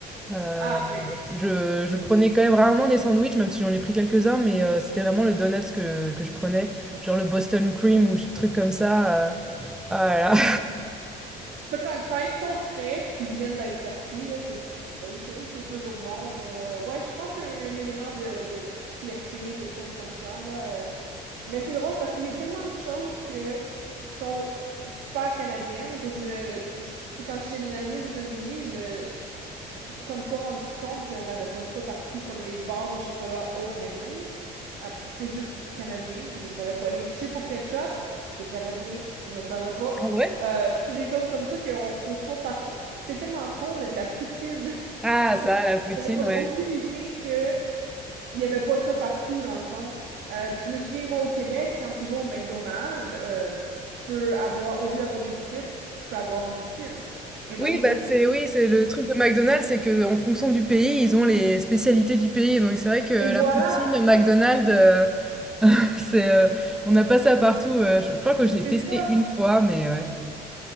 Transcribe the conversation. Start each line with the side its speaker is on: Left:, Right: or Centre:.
Centre: Euh,
Right: Ah oui.
Centre: je, je prenais quand même rarement des sandwichs, même si j'en ai pris quelques-uns, mais euh, c'était vraiment le donuts que, que je prenais, genre le Boston Cream ou des trucs comme ça. euh. ah là là. <laughs>
Right: Ça, quand, quand ils sont frais puis qu'ils viennent d'être sortis, là, c'est sûr que c'est c'est toujours bon. Mais euh, ouais, je pense qu'il y a un, un élément de, de fierté ou quelque chose comme ça, là. euh. Mais c'est drôle parce qu'il y a tellement de choses que, qui sont super canadiennes que je me. je- tu sais, quand je suis déménagée aux États-Unis, je me, suis comme pas rendu compte qu'on n'avait pas ça partout, comme les barres de chocolat O. Henry. Euh, C'est juste canadien, puis je savais pas. Les chips au ketchup, c'est canadien, je savais pas.
Centre: Ah ouais?
Right: Euh, c'est des choses comme ça qu'on retrouve pas partout. C'est tellement con, mais de la poutine. <laughs>
Centre: Ah
Right: Je-
Centre: ça, la poutine,
Right: J'avais comme
Centre: ouais.
Right: aucune idée que il y avait pas ça partout, dans le fond. Euh, puis je me souviens, moi, au Québec, quand tu vas au McDonald's, euh, tu peux avoir, au lieu d'avoir des frites, tu peux avoir une poutine. Et
Centre: Oui,
Right: donc, je
Centre: bah
Right: me suis...
Centre: c'est oui, c'est le truc de McDonald's, c'est que en fonction du pays, ils ont les spécialités du pays. Donc c'est vrai que la
Right: Et voilà!
Centre: poutine de McDonald's, euh, <laughs> c'est, euh, on n'a pas ça partout. euh, je, je crois que je l'ai
Right: C'est
Centre: testé
Right: ça.
Centre: une fois, mais ouais.